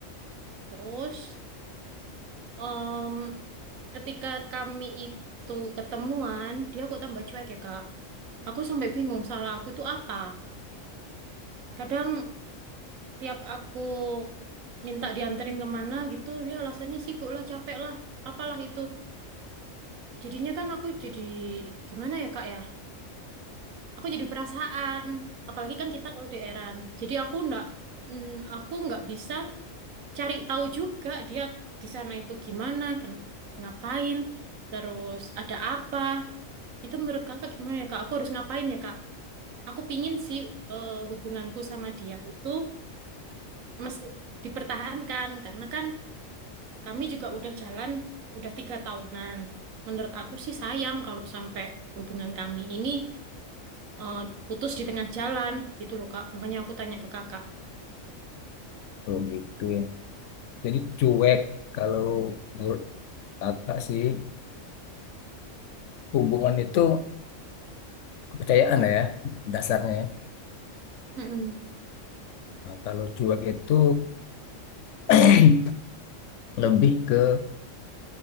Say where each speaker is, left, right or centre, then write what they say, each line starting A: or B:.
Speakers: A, on the right (about 80°); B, on the left (about 70°).
A: Terus em, ketika kami itu ketemuan, dia kok tambah cuek ya Kak. Aku sampai bingung salah aku itu apa. Kadang tiap aku minta dianterin kemana gitu, dia alasannya sibuk lah, capek lah, apalah itu. Jadinya kan aku jadi gimana ya Kak ya? Aku jadi perasaan, apalagi kan kita LDRan. Jadi aku ndak mm, aku nggak bisa cari tahu juga dia di sana itu gimana, ken- ngapain, terus ada apa. Itu menurut Kakak gimana ya Kak? Aku harus ngapain ya Kak? Aku pingin sih eh, hubunganku sama dia itu mesti dipertahankan karena kan kami juga udah jalan udah tiga tahunan. Menurut aku sih sayang kalau sampai hubungan kami ini eh, putus di tengah jalan gitu loh Kak. Makanya aku tanya ke Kakak.
B: oh gitu ya. Jadi cuek kalau menurut kakak sih hubungan itu kepercayaan lah ya dasarnya ya.
A: Mm-mm.
B: Nah, kalau cuek itu <clears throat> lebih ke